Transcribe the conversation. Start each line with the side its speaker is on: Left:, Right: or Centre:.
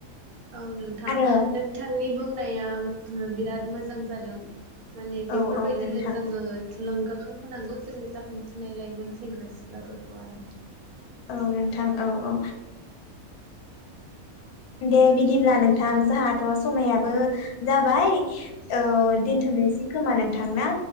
Right: औ नोंथां
Left: आरो
Right: नोंथांनि बुंनाया बिराद मोजां जादों। माने बेफोरबायदिनो
Left: औ औ नोंथां
Right: जोङो थुलुंगा खांहोनांगौ जोंनि जाखांफुनाय लाइमोन सेंग्रा सिख्लाफोरखौ आरो।
Left: औ नोंथां औ औ दे बिदिब्ला नोंथां जोंहाथ' समायाबो जाबाय औ दोनथ'नोसै खोमा नों थां ना?